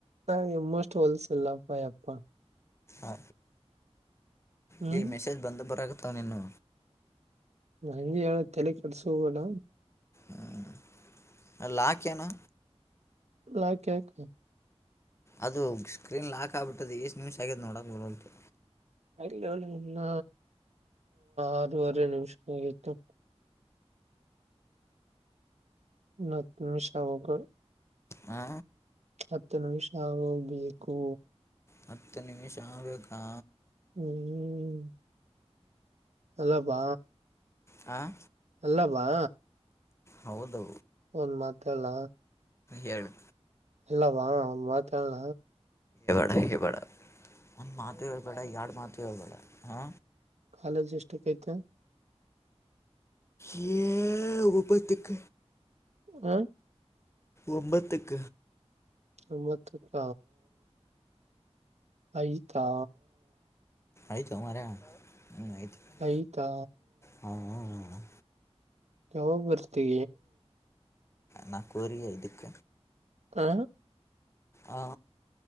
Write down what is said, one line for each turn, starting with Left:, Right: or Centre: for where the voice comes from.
Right: ನಿಮ್ಮಷ್ಟು ಹೊಲಸಿಲ್ಲಪ್ಪ ಯಪ್ಪ
Left: ಆ
Right: ಹ್ಮ್
Left: ಇಲ್ಲಿ ಮೆಸೇಜ್ ಬಂದ್ ಬರಾಗತ್ತ ನೀನು
Right: ಹಗೆ ಹೇಳ ತಲೆ ಕೆಡ್ಸ ಹಲ್ಲ
Left: ಹ್ಮ ಲಾಕ್ ಏನು
Right: ಲಾಕ್ ಯಾಕ
Left: ಅದು ಸ್ಕ್ರೀನ್ ಲಾಕ್ ಆಗ್ಬಿಟ್ಟದೆ ಎಷ್ಟ್ ನಿಮಿಷ ಆಗಿದೆ್ ನೋಡಕ್ ಬರಲ್ತು
Right: ಅನ್ನ ಆರೂವರೆ ನಿಮಿಷಗಿತ್ತು ನಾ ಹತ್ತು ನಿಮಿಷ ಆಗ್ಬೇಕು
Left: ಹಾ
Right: ಹತ್ತು ನಿಮಿಷ ಆಗ್ಬೇಕು
Left: ಹತ್ತು ನಿಮಿಷ ಆಬೇಕಾ
Right: ಹ್ಮ್ ಅಲ್ಲಪ್ಪ
Left: ಹಾಂ
Right: ಎಲ್ಲಾಮಾ
Left: ಹೌದು
Right: ಒಂದ ಮಾತ ಹೇಳ
Left: ಹೇಳು
Right: ಇಲ್ಲವ ಒಂದು ಮಾತು ಹೇಳ
Left: ಗೆ ಬಡ ಒಂದ್ ಮಾತು ಹೇಳ್ಬೇಡ ಎರಡ್ಡು ಮಾತು ಹೇಳ್ಬೇಡ ಹಾ
Right: ಕಾಲೇಜು ಎಷ್ಟಾಕ್ ಐತಿ
Left: <inaudible> ಒಬತ್ತಕ
Right: ಹ
Left: ಒಂಬತ್ತುಕ
Right: ಒಂಬತ್ತಕ್ಕ ಐತಾ
Left: ಐತೊ ಮಾರಾಯ ಹ್ಮ್ಮ್ ಐತಿ ಹಾ
Right: ಆಯ್ತಾ
Left: ಹಾ ಹಾ
Right: ಯಾವಾಗ ಬರ್ತಿ
Left: ನ ಕೊರಿಯ ಇದಕ್ಕ
Right: ಹ
Left: ಹ